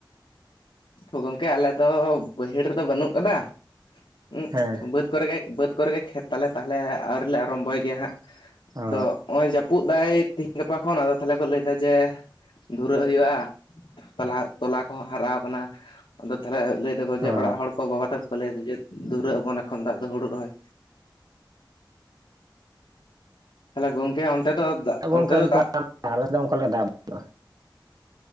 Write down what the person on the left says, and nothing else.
ᱜᱚᱝᱠᱮ ᱟᱞᱮ ᱫᱚ ᱵᱟᱹᱭᱦᱟᱹᱲ ᱨᱮᱫᱚ ᱵᱟᱹᱱᱩᱜ ᱟᱠᱟᱫᱟ ᱵᱟᱹᱫᱽ
ᱵᱟᱹᱫᱽ ᱠᱚᱨᱮᱜᱮ ᱵᱟᱹᱫᱽ ᱠᱚᱨᱮ ᱜᱮ ᱠᱷᱮᱛ ᱛᱟᱞᱮ ᱛᱟᱦᱚᱞᱮ ᱟᱹᱣᱨᱤ ᱞᱮ ᱟᱨᱚᱢᱵᱚᱭ ᱜᱮᱭᱟ ᱦᱟᱸᱜ᱾
ᱟᱫᱚ ᱱᱚᱜᱼᱚᱭ ᱡᱟᱹᱯᱩᱫ ᱫᱟᱭ ᱛᱤᱦᱤᱧ ᱜᱟᱯᱟ ᱠᱷᱚᱱ ᱟᱫᱚ ᱛᱟᱞᱦᱮ ᱠᱚ ᱞᱟᱹᱭᱫᱟ ᱡᱮᱹ᱾ ᱫᱷᱩᱨᱟᱹᱜ ᱦᱩᱭᱩᱜᱼᱟ ᱛᱚᱞᱟ ᱛᱚᱞᱟ ᱠᱚᱦᱚᱸ ᱦᱟᱨᱟ ᱠᱟᱱᱟ ᱟᱫᱚ ᱛᱟᱦᱞᱮ᱾ ᱞᱟᱹᱭ ᱮᱫᱟᱠᱚ ᱡᱮᱹ
ᱚᱲᱟᱜ ᱦᱚᱲ ᱠᱚ ᱵᱟᱵᱟ ᱛᱟᱠᱚ ᱠᱚ ᱞᱟᱹᱭ ᱮᱫᱟ ᱡᱮᱹ ᱫᱷᱩᱨᱟᱹᱜ ᱟᱵᱚᱱ ᱮᱠᱷᱚᱱ ᱫᱟᱜ ᱫᱚ ᱦᱩᱲᱩ ᱨᱚᱦᱚᱭ᱾ ᱛᱟᱦᱞᱮ ᱜᱚᱝᱠᱮ ᱚᱱᱛᱮ ᱫᱚ ᱫᱟᱜ
ᱚᱱᱛᱮ
ᱫᱚ ᱫᱟᱜ